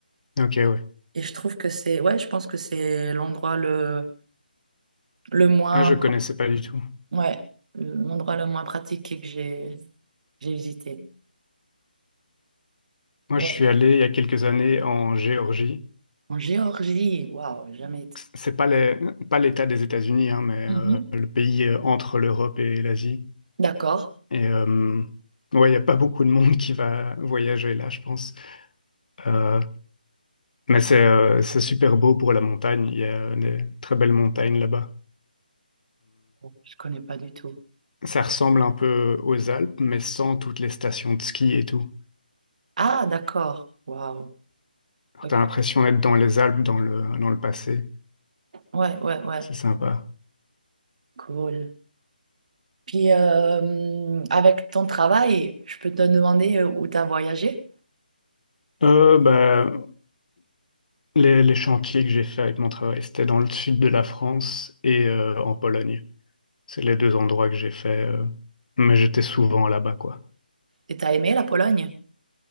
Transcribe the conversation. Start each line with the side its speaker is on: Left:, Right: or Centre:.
Left: Ok, ouais.
Right: Et je trouve que c'est, ouais, je pense que c'est l'endroit le, le moins,
Left: Ah, je connaissais pas du tout.
Right: ouais, l'endroit le moins pratiqué que j'ai j'ai visité.
Left: Moi,
Right: Ouais.
Left: je suis allé il y a quelques années en Géorgie.
Right: En Géorgie, waouh, jamais été.
Left: C'est pas les- pas l'État des États-Unis, hein, mais
Right: Mhm.
Left: euh, le pays euh, entre l'Europe et l'Asie.
Right: D'accord,
Left: Et euh, ouais, il n'y a pas beaucoup de monde qui va voyager là, je pense. Euh, mais c'est euh, c'est super beau pour la montagne. Il y a des très belles montagnes là-bas.
Right: je connais pas du tout.
Left: Ça ressemble un peu aux Alpes, mais sans toutes les stations de ski et tout.
Right: Ah, d'accord, waouh,
Left: Alors,
Right: ok.
Left: T'as l'impression d'être dans les Alpes, dans le, dans le passé.
Right: Ouais, ouais, ouais,
Left: C'est sympa.
Right: cool. Puis, euh, avec ton travail, je peux te demander euh, où tu as voyagé?
Left: Euh, bah, les, les chantiers que j'ai fait avec mon travail, c'était dans le sud de la France et euh, en Pologne. C'est les deux endroits que j'ai fait, euh, mais j'étais souvent là-bas, quoi.
Right: Et t'as aimé la Pologne?